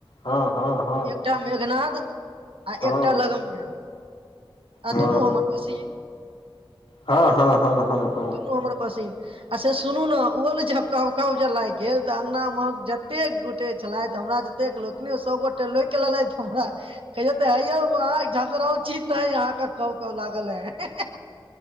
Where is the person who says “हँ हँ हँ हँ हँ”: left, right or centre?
Left